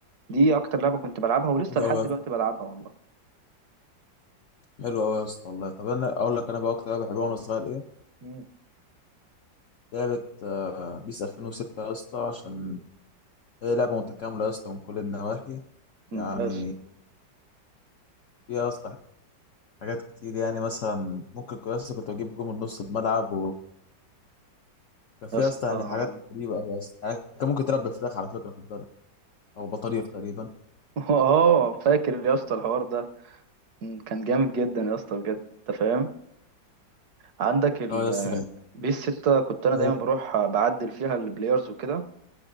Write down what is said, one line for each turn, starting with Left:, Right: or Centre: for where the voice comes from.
Right: دي اكتر لعبة كنت بلعبها ولسه
Left: حلو
Right: لحد
Left: قوي
Right: دلوقتي بلعبها والله
Left: حلو قوي يا اسطى والله طب انا اقول لك انا بقى اكتر لعبه بحبها وانا صغير ايه
Right: مم.
Left: لعبه آه، بيس 2006 يا اسطى عشان هي لعبه متكامله يا اسطى من كل النواحي
Right: يا
Left: يعني
Right: اسطى
Left: فيها يا اسطى حاجات كتير يعني مثلا ممكن كنت- يا اسطى كنت بجيب جول من نص الملعب كان في
Right: يا اسطى
Left: يا اسطى يعني حاجات
Right: <laughs>
Left: غريبه قوي يا اسطى يعني كان ممكن تربي فراخ على فكره خد بالك او بطاريق تقريبا
Right: اه فاكر يا اسطى الحوار ده مم، كان جامد جدا يا اسطى بجد انت فاهم عندك ال
Left: اه يا اسطى
Right: بيس 6 كنت انا
Left: كان
Right: دايما
Left: إيه؟
Right: بروح بعدل فيها البلايرز وكده